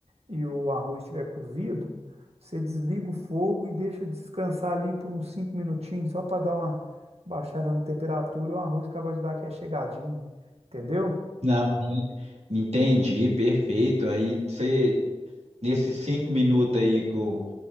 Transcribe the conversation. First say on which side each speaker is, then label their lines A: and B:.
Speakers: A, on the right; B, on the right.
A: e o arroz estiver cozido, você desliga o fogo e deixa descansar ali por uns cinco minutinhos, só para dar uma baixada na temperatura, e o arroz acaba de dar aquela chegadinha, entendeu?
B: Não, entendi, perfeito. Aí você, nesses cinco minutos aí que o, que